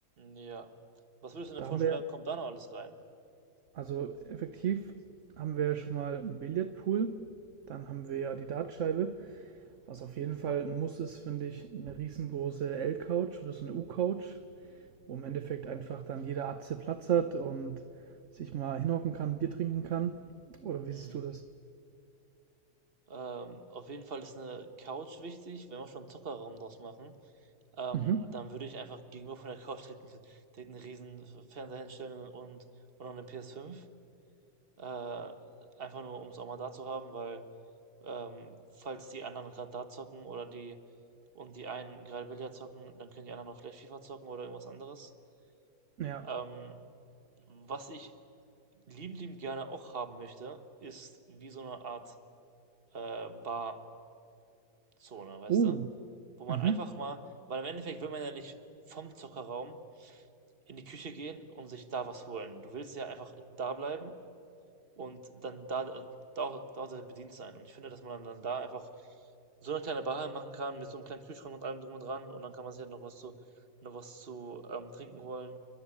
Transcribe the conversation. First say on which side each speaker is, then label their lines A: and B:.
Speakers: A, on the right; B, on the right.
A: Ja. Was würdest du denn
B: Da
A: vorschlagen,
B: haben wir,
A: kommt da noch alles rein?
B: also effektiv haben wir ja schon mal einen Billardpool, dann haben wir ja die Dartscheibe. Was auf jeden Fall ein Muss ist, finde ich, eine riesengroße L-Couch oder so eine U-Couch, wo im Endeffekt einfach dann jeder Atze Platz hat und sich mal hinhocken kann, Bier trinken kann. Oder wie
A: Mhm.
B: siehst du das?
A: Ähm, auf jeden Fall ist eine Couch wichtig. Wenn wir schon einen Zockerraum draus machen, ähm,
B: Mhm.
A: dann würde ich einfach gegenüber von der Couch direkt, einen- direkt einen riesen Fernseher hinstellen und, und noch eine ps fünf Äh, einfach nur, um es auch mal da zu haben, weil Ähm, falls die anderen gerade da zocken oder die und die einen gerade Billard zocken, dann können die anderen auch vielleicht FIFA zocken oder irgendwas anderes.
B: Ja.
A: Ähm, was ich liebend, liebend gerne auch haben möchte, ist wie so eine Art äh, Barzone, weißt
B: Oh.
A: du? Wo man
B: Mhm.
A: einfach mal, weil im Endeffekt will man ja nicht vom Zockerraum in die Küche gehen und sich da was holen. Du willst ja einfach da bleiben und dann da, äh, da auch, da auch bedient sein. Und ich finde, dass man dann da einfach so eine kleine Bar machen kann mit so einem kleinen Kühlschrank und allem drum und dran und dann kann man sich halt noch was zu, noch was zu ähm, trinken holen,